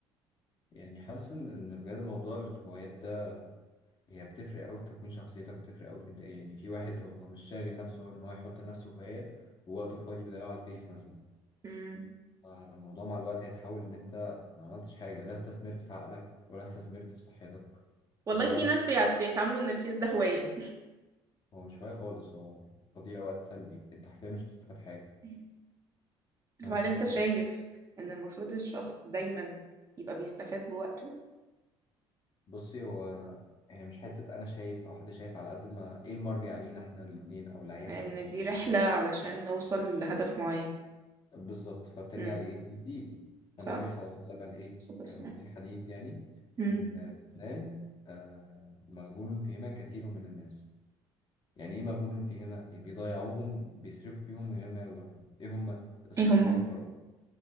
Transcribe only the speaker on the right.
مم.
والله
في ناس
بيعت- بيتعاملوا إن الفيس ده هواية
<laughs>
وهل
أنت
شايف
إن المفروض الشخص دايما يبقى بيستفاد بوقته
لأن
دي رحلة علشان نوصل لهدف معين
امم
صح
الصلاة والسلام
امم
ايه هما